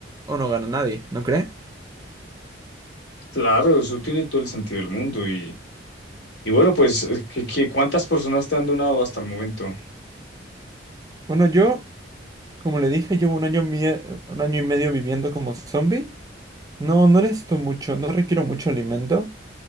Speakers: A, on the right; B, on the left.
A: o no gana nadie, ¿no cree?
B: claro, eso tiene todo el sentido del mundo. Y, y bueno, pues, ¿qué, qué- cuántas personas te han donado hasta el momento?
A: Bueno, yo Como le dije, llevo un año, mie- un año y medio viviendo como zombie. No, no necesito mucho, no requiero mucho alimento.